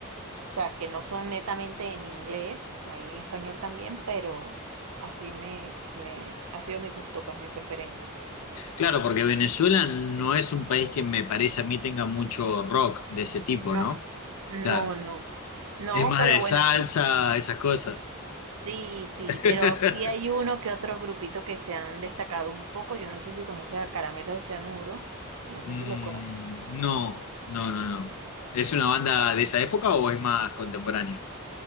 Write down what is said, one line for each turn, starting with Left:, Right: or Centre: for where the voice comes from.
Right: sea, que no son netamente en inglés, hay en español también, pero así me, me ha sido mi gusto, pues mi preferencia.
Left: Claro, porque Venezuela no es un país que me parece a mí tenga mucho rock de ese tipo,
Right: No,
Left: ¿no?
Right: no,
Left: Claro.
Right: no. No,
Left: Es más
Right: pero
Left: de
Right: bueno,
Left: salsa, esas cosas.
Right: sí, sí,
Left: <laughs>
Right: pero sí hay uno que otro grupito que se han destacado un poco. Yo no sé si conoces a Caramelos de Cianuro, no
Left: Mm,
Right: sé si los conoces.
Left: no, no, no, no. ¿Es una banda de esa época o es más contemporánea?